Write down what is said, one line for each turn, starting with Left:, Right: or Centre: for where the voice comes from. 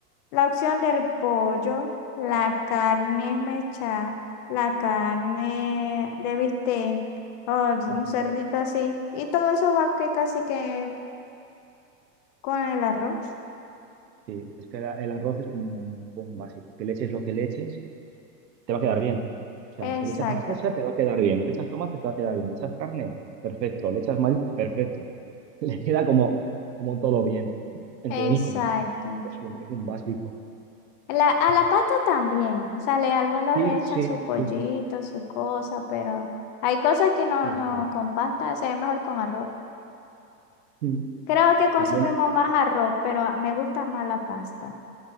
Left: la opción del pollo, la carne mecha, la carne de bistec, o
Right: ujú.
Left: un cerrito así. Y todo eso va que casi que con el arroz.
Right: Sí, es que la- el arroz es como un, como un básico. Que le eches lo que le eches, te va a quedar bien. O sea,
Left: Exacto,
Right: si le echas una salsa, te va a quedar bien. Le echas tomate, te va a quedar bien. Le echas carne, perfecto. Le echas maíz, perfecto. <laughs> Le queda como, como todo bien. Entonces
Left: exacto.
Right: es como un- es un, es un básico.
Left: La, a
Right: Ujú.
Left: la pasta también, o sea, le- algunos
Right: Sí,
Left: le echan
Right: sí,
Left: su pollito,
Right: sí, sí,
Left: su cosa, pero hay cosas que no,
Right: sí,
Left: no
Right: sí.
Left: con pasta, se ve mejor con arroz.
Right: Mm.
Left: Creo que consumimos
Right: También,
Left: más arroz, pero me gusta más la pasta.